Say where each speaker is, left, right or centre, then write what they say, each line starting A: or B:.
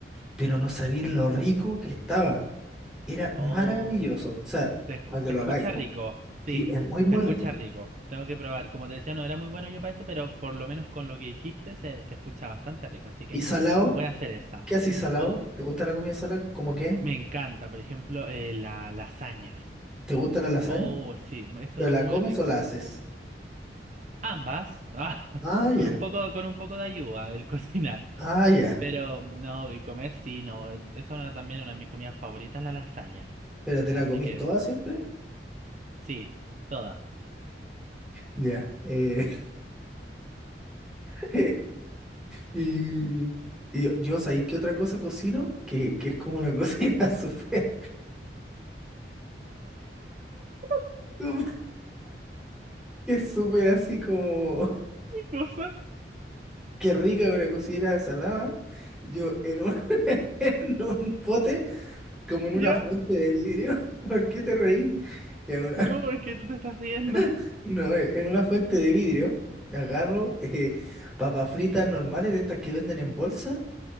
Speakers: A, in the centre; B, on the right.
A: Pero no sabía lo rico que estaba. Era
B: Oh.
A: maravilloso. O sea,
B: Se, escu-
A: para que
B: se
A: lo
B: escucha
A: hagáis.
B: rico, sí,
A: Sí, es muy, muy
B: se escucha
A: rico.
B: rico. Tengo que probar. Como te decía, no era muy bueno yo para eso, pero por lo menos con lo que dijiste se, se escucha bastante rico. Así que
A: ¿Y salado?
B: voy a hacer esa.
A: ¿Qué haces salado?
B: O
A: ¿Te gusta la comida salada? ¿Cómo qué?
B: me encanta, por ejemplo, eh, la lasaña.
A: ¿Te gusta la lasaña?
B: Oh, sí, eso
A: ¿Pero la
B: muy
A: comes
B: rico.
A: o la haces?
B: Ambas, <laughs> ah,
A: Ah, ya.
B: con un poco, con un poco de ayuda el <laughs> cocinar.
A: Ah, ya.
B: Pero no, y comer sí, no. Esa es una, también una de mis comidas favoritas, la lasaña.
A: ¿Pero te
B: Así
A: la comís
B: que
A: toda siempre?
B: sí, toda.
A: Ya. Eh, <laughs> Y, y yo, yo, ¿sabéis qué otra cosa cocino? Que, que es como una cocina <laughs> súper,
B: <laughs>
A: súper- que es súper así como,
B: ¿Qué cosa?
A: qué rica una cocina salada. Yo en un, <laughs> en un pote, como en una
B: ya
A: fuente de vidrio. <laughs> ¿Por qué te reí? En una,
B: No, es que tú te estás riendo.
A: <laughs> no, eh, en una fuente de vidrio agarro eh, papas fritas normales de estas que venden en bolsa,